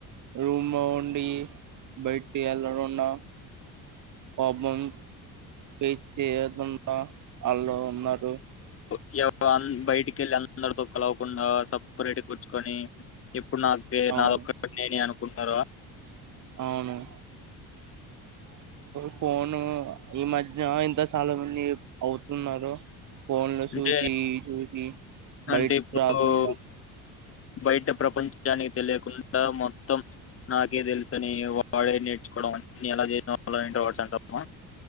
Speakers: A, on the right; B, on the left.
A: రూమ్లి ఉండి బయటికి వెళ్లకుండా పాపం బ్రష్ చేయకుండా హాల్లో ఉన్నారు.
B: ఇంకా పాపం బయటికి వెళ్ళి అందరితో కలవకుండా సపరేట్ కూర్చుకొని. ఇప్పుడు నాకు
A: అవును
B: నాదొక్క నేని అనుకుంటార.
A: అవునా. ఫోను ఈ మధ్య ఇంత చాలా మంది అవుతున్నారు. ఫోన్ లో
B: అంటే
A: చూసి చూసి బయట
B: అంటే ఇప్పుడు
A: రాకుండా
B: బయట ప్రపంచానికి తెలియకుండా మొత్తం నాకే తెలుసు అని వాడే నేర్చుకోవ ఎలా చేసిన వాలని ఇంట్రో వర్డ్స్ అంటామా